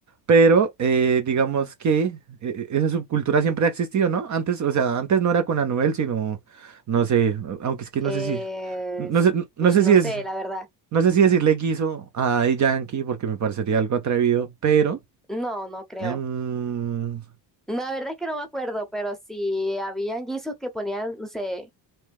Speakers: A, on the right; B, in the centre.
A: Pero eh, digamos que eh, esa subcultura siempre ha existido, ¿no? Antes, o sea, antes no era con Anuel, sino, no sé, aunque es que no
B: Eh,
A: sé si, no sé, no
B: pues
A: sé
B: no
A: si es,
B: sé, la verdad.
A: no sé si decirle guiso a Daddy Yankee porque me parecería algo atrevido, pero...
B: No, no creo.
A: Em,
B: La verdad es que no me acuerdo, pero si habían guisos que ponían, no sé,